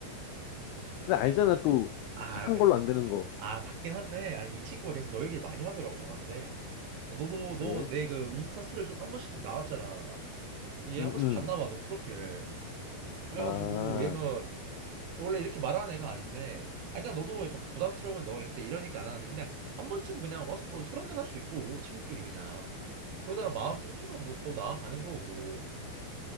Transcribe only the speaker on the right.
아,
아,
아, 맞긴 한데 아니 이 친구가 계속 너 얘기를 많이 하더라고 나한테. 너도
너 내 그 인스타 스토리 좀 한 번씩 나왔잖아. 얘
한 번씩
봤나 봐 너 프로필을. 그래가지고
얘가 원래 이렇게 말하는 애가 아닌데 아니 그냥 너도 약간 부담스러우면 너 그때 이러니까 안 하는데 그냥 한 번쯤 그냥 와서 뭐 술 한 잔 할 수 있고 친구끼리 그냥 그러다가 마음 생기면 뭐 더 나아가는 거고